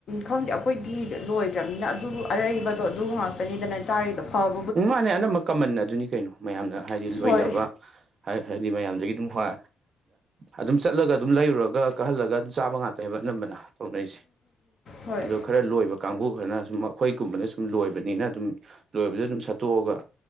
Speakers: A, on the left; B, on the right.
A: ꯈꯪꯗꯦ ꯑꯩꯈꯣꯏꯗꯤ ꯂꯣꯏ ꯑꯣꯏ꯭ꯔꯕꯅꯤꯅ ꯑꯗꯨ ꯑꯔꯩꯕꯗꯣ ꯑꯗꯨ ꯉꯥꯏ ꯅꯤꯗꯅ ꯆꯥꯔꯤꯗꯣ ꯐꯕ
B: ꯎ ꯃꯥꯅꯦ ꯑꯅꯝꯕ ꯀꯃꯟ ꯑꯗꯨꯅꯤ ꯀꯩꯅꯣ ꯃꯌꯥꯝꯅ ꯍꯥꯏꯗꯤ ꯂꯣꯏꯅꯕ
A: ꯍꯣꯏ
B: ꯍꯥꯏ ꯍꯥꯏꯗꯤ ꯃꯌꯥꯝꯗꯒꯤꯗꯒꯤ ꯑꯗꯨꯝ ꯋꯥ ꯑꯗꯨꯝ ꯆꯠꯂꯒ ꯑꯗꯨꯝ ꯂꯩꯔꯨꯔꯒ ꯀꯛꯍꯜꯂꯒ ꯑꯗꯨ ꯆꯥꯕ ꯉꯥꯛꯇꯅꯦꯕ ꯑꯅꯝꯕꯅ ꯇꯧꯅꯩꯁꯦ
A: ꯍꯣꯏ
B: ꯑꯣ ꯈꯔ ꯂꯣꯏꯕ ꯀꯥꯡꯕꯨ ꯈꯔꯅ ꯁꯨꯝ ꯑꯩꯈꯣꯏꯒꯨꯝꯕꯅ ꯁꯨꯝ ꯂꯣꯏꯕꯅꯤꯅ ꯑꯗꯨꯝ ꯂꯣꯏꯕꯗ ꯑꯗꯨꯝ ꯁꯠꯇꯣꯛꯑꯒ